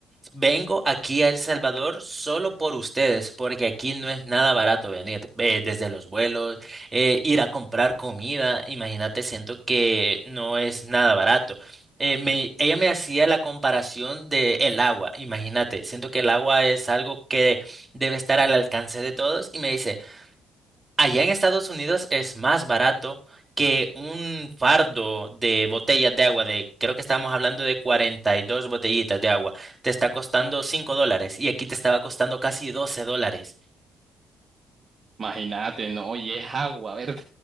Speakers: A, on the right (about 20°); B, on the right (about 40°).
A: Vengo aquí a El Salvador solo por ustedes, porque aquí no es nada barato venir, eh, desde los vuelos, eh, ir a comprar comida, imagínate, siento que no es nada barato. Eh, me- ella me hacía la comparación de el agua, imagínate, siento que el agua es algo que debe estar al alcance de todos y me dice, Allá en Estados Unidos es más barato que un fardo de botellas de agua, de creo que estábamos hablando de 42 botellitas de agua, te está costando 5 dólares y aquí te estaba costando casi doce dólares.
B: Imagínate, no, y es agua, <laughs> ¿verdad?